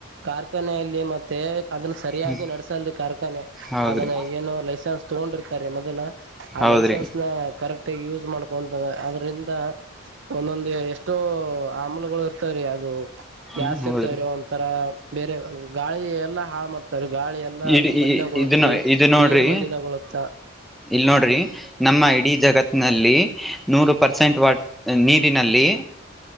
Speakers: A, on the right; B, in the centre.
A: ಕಾರ್ಖಾನೆಯಲ್ಲಿ ಮತ್ತೆ ಅದನ್ನ ಸರಿಯಾಗಿ
B: ಹ್ಮ್
A: ನಡ್ಸಲ್ರಿ ಕಾರ್ಖಾನೆ
B: ಹೌದ್ರಿ
A: ಅದನ್ನ ಏನೋ ಲೈಸೆನ್ಸ್ ತಗೊಂಡಿರ್ತಾರೀ ಮೊದಲ ಆ
B: ಹೌದ್ರಿ
A: ಲೈಸೆನ್ಸ್ ನ ಕರೆಕ್ಟ್ಗ ಯೂಸ್ ಮಾಡ್ಕೊಂತ ಆದ್ರಿಂದ ಒಂದೊಂದು ಎಷ್ಟೋ ಆಮ್ಲಗಳು ಇರ್ತವ್ರೀ ಅದು ಗ್ಯಾಸ್
B: ಹ್ಮ್ ಹೌದ್ರಿ
A: ಇರ್ತಾವ್ರೀ ಒಂತರ ಬೇರೆ ಗಾಳಿ ಎಲ್ಲಾ ಹಾಳ ಗಾಳಿ ಎಲ್ಲ
B: ಇಡ್
A: ಮಲನಗುಳತ್ರಿ
B: ಇದು ಇದು ನೋಡ್ರಿ
A: ನೀರ್ ಮಲನಗುಳುತ್ತ
B: ಇಲ್ ನೋಡ್ರಿ ನಮ್ಮ ಇಡೀ ಜಗತ್ ನಲ್ಲಿ ನೂರು ಪರ್ಸೆಂಟ್ ವಾಟ್ ನೀರಿನಲ್ಲಿ